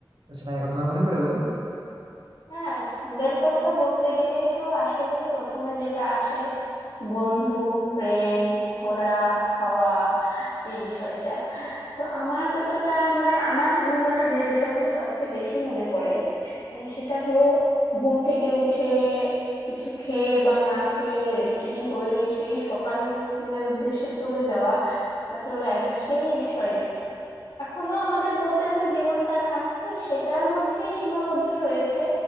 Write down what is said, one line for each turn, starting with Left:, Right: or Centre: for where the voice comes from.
Right: তো সেটা এখন তোমার মনে পড়ে বলো
Left: হ্যাঁ স্কুলের কথা বলতে গেলেই তো আসলে প্রথমে যেটা আসে বন্ধু ফ্রেন্ড ঘোরা খাওয়া এই বিষয়টা তো আমার যতটা মানে আমার মূলত যে বিষয়গুলো সবচেয়ে বেশি মনে পড়ে আহ, সেটা হলো ঘুম থেকে উঠে কিছু খেয়ে বা না খেয়ে রেডি টেডি হয়ে সেই সকালে যে স্কুলের উদ্দেশ্যে চলে যাওয়া বা চলে আসা সেই বিষয়টা এখনো আমাদের বলতে হবে জীবনটা খানিকটা সেটার মধ্যেই সীমাবদ্ধ রয়েছে